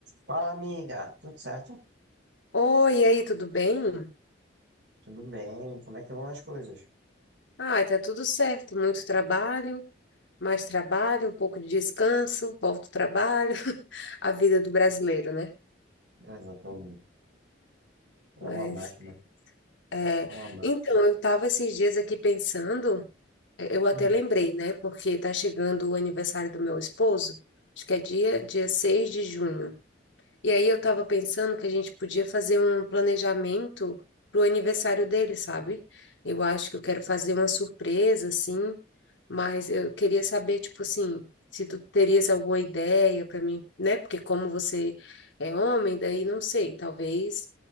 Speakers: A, on the right; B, on the left.
A: Fala, amiga. Tudo certo?
B: Oi, e aí, tudo bem?
A: Tudo bem? Como é que vão as coisas?
B: Ai, tá tudo certo. Muito trabalho, mais trabalho, um pouco de descanso, volta ao trabalho, <laughs> a vida do brasileiro, né?
A: Exatamente. É
B: Mas,
A: uma máquina.
B: é...
A: É uma máquina.
B: então, eu tava esses dias aqui pensando, é, eu até
A: Hum.
B: lembrei, né? Porque tá chegando o aniversário do meu esposo, acho que é dia, dia 6 de junho. E aí eu tava pensando que a gente podia fazer um planejamento pro aniversário dele, sabe? Eu acho que eu quero fazer uma surpresa, assim, mas eu queria saber, tipo assim, se tu terias alguma ideia para mim, né? Porque como você é homem, daí não sei, talvez,